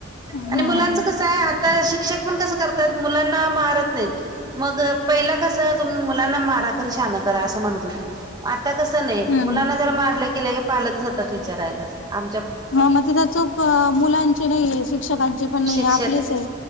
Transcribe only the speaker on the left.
हम्म
हम्म
हा मग तिथ चूक मुलांची नाही आहेे शिक्षकांचे पण नाही
आहे आपलेच आहे